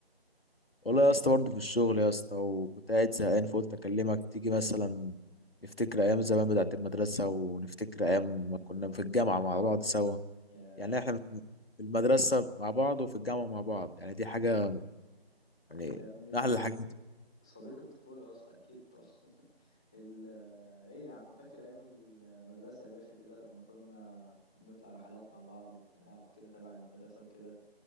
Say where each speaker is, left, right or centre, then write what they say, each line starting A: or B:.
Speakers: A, on the left; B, in the centre.
A: والله يا اسطى برضه في الشغل يا اسطى وكنت قاعد زهقان فقلت اكلمك تيجي مثلا نفتكر ايام زمان بتاعت المدرسه ونفتكر ايام ما كنا في الجامعه مع بعض سوا
B: يا
A: يعني احنا في المدرسه مع بعض وفي الجامعه مع بعض يعني دي حاجه يعني
B: يا ابني
A: من احلى الحاجات
B: صديق الطفولة يا اسطى اكيد طبعا <laughs> ال... آه، ايه يا عم فاكر ايام المدرسة يا باشا كده لما كنا نطلع رحلات مع بعض وبتاع وكده تبع المدرسة وكده